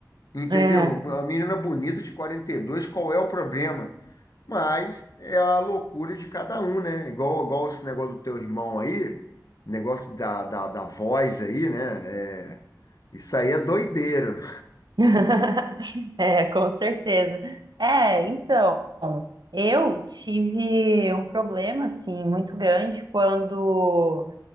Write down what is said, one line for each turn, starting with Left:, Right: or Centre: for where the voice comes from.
Left: entendeu?
Right: É.
Left: A menina é bonita de 42, qual é o problema? Mas é a loucura de cada um, né? Igual, igual esse negócio do teu irmão aí, negócio da, da, da voz aí, né? É, isso aí é doideira.
Right: <laughs> É, com certeza. É, então, eu tive um problema, assim, muito grande quando